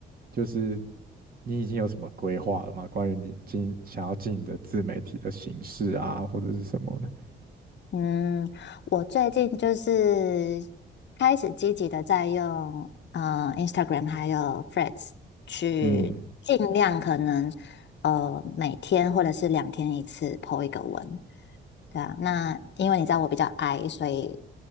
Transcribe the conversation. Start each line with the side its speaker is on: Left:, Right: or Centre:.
Right: 就是你已经有什么规划了吗？关于你经想要进你的自媒体的形式啊，或者是什么的？
Left: 嗯，我最近就是开始积极的在用呃 Instagram 还有 Threads 去尽量可能呃每天或者是两天一次
Right: 嗯，
Left: po 一个文，对啊。那因为你知道我比较矮，所以